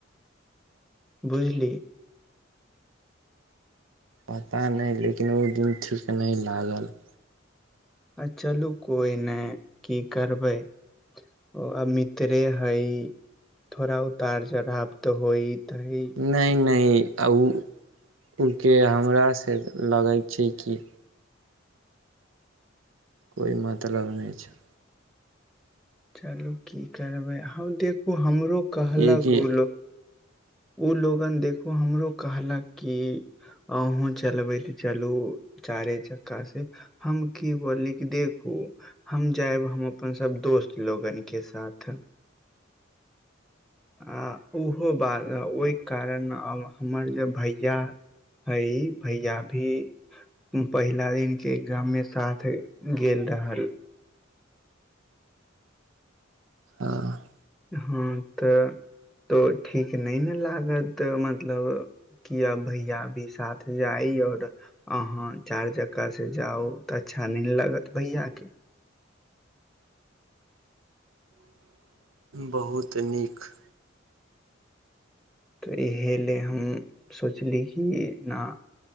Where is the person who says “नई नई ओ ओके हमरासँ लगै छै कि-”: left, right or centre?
Right